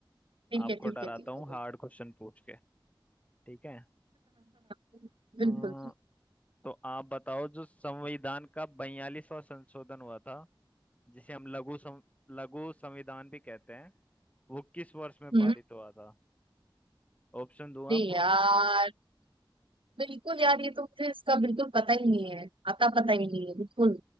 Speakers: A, on the right (about 80°); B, on the left (about 15°).
A: ठीक
B: आपको
A: है ठीक
B: डराता
A: है ठीक
B: हूँ हार्ड
A: है
B: क्वेश्चन पूछ के ठीक है
A: <laughs> बिल्कुल
B: अम, तो आप बताओ जो संविधान का बयालीसवां संशोधन हुआ था जिसे हम लघु सं, लघु संविधान भी कहते हैं वो किस वर्ष में
A: हम्म
B: पारित हुआ था ऑप्शन दूं
A: अरे
B: आपको
A: यार बिल्कुल यार ये तो मुझे इसका बिल्कुल पता ही नहीं है आता पता ही नहीं है बिल्कुल